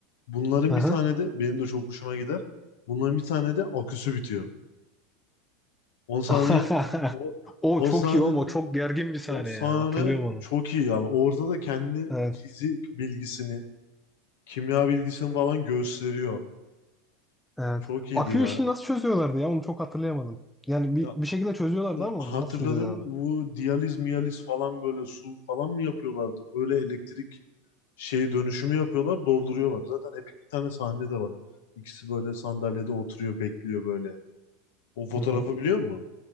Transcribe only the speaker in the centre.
Aha.
<laughs>
O
çok
iyi oğlum. O çok gergin bir sahne
ya. Hatırlıyorum onu.
Evet.
Evet.
Akü
işini nasıl çözüyorlardı ya? Onu çok hatırlayamadım. Yani bir,
bir şekilde çözüyorlardı
ama
onu nasıl çözüyorlardı?
Hı hı.